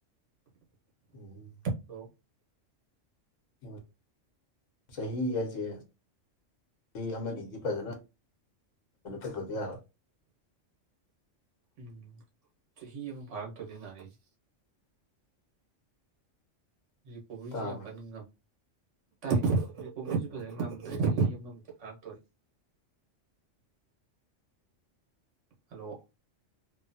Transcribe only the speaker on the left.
ꯎꯝ
ꯑ ꯆꯍꯤ ꯍꯥꯏꯁꯦ ꯆꯍꯤ ꯑꯃꯅꯤꯗꯤ ꯐꯖꯅ ꯑꯗꯨꯗꯤꯔ
ꯇꯥꯕ꯭ꯔꯥ
<inaudible>